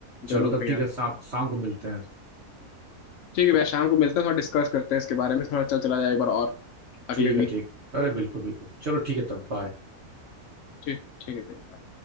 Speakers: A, on the right; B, on the left.
A: चलो
B: जरूर
A: तब
B: भैया
A: ठीक है शाम शाम को मिलते हैं
B: ठीक है भैया शाम को मिलते हैं थोड़ा डिस्कस करते हैं इसके बारे में थोड़ा चल चला जाए एक बार और अगले
A: ठीक है
B: वीक
A: ठीक अरे बिल्कुल बिल्कुल चलो ठीक है तब बाय
B: ठीक ठीक है भैया